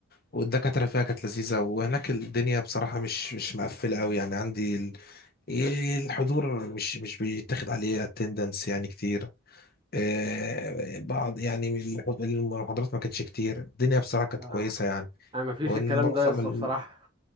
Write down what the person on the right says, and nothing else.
آه.
أنا ما فيش
الكلام
ده لسه
بصراحة